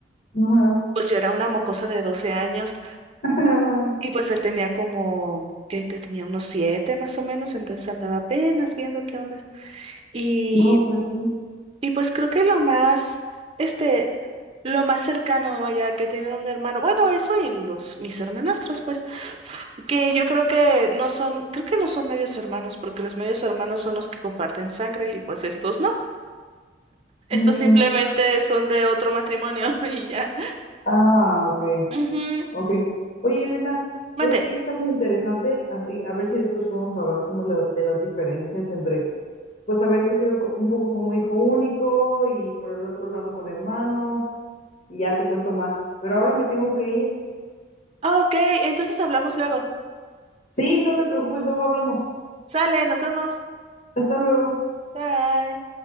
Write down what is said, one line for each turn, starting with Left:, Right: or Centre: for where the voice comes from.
Left: ajá.
Right: Pues yo era una mocosa de 12 años
Left: <laughs>
Right: y pues él tenía como, que te tenía unos 7 más o menos, entonces andaba apenas viendo qué onda. y
Left: No, pues sí.
Right: Y pues creo que lo más, este, lo más cercano, vaya, que he tenido un hermano, bueno, eso y los, mis hermanastros, pues, que yo creo que no son, creo que no son medios hermanos, porque los medios hermanos son los que comparten sangre y pues estos no. Estos
Left: Mm,
Right: simplemente son de otro matrimonio <laughs> y ya.
Left: ah, ok,
Right: Ujú.
Left: ok. Oye, Elena,
Right: Mande.
Left: pues sí, está muy interesante, así, a ver si después podemos hablar como lo- de las diferencias entre pues haber crecido co- un poco como hijo único y por el otro lado con hermanos y ya te cuento más. Pero ahora me tengo que ir.
Right: Ah, Ok, entonces hablamos luego.
Left: Sí, no te preocupes, luego hablamos.
Right: Sale, nos vemos.
Left: Hasta luego.
Right: Bye.